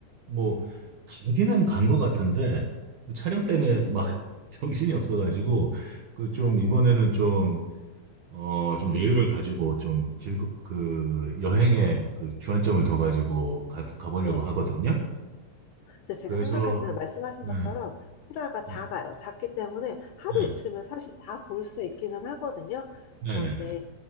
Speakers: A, on the right; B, on the left.
A: 뭐, 가기는 간 것 같은데, 그 촬영 때문에 막 <laughs> 정신이 없어가지고, 그 좀,
B: 맞아요.
A: 이번에는 좀, 어, 좀 여유를 가지고, 좀 즐거, 그, 여행에 그 주안점을 둬가지고 가, 가보려고
B: 네.
A: 하거든요.
B: 근데 제가
A: 그래서,
B: 생각할 때는 말씀하신
A: 네,
B: 것처럼 프라가 작아요.
A: 네,
B: 작기 때문에 하루
A: 네,
B: 이틀면 사실 다 볼 수 있기는 하거든요.
A: 네,
B: 그런데
A: 네, 네.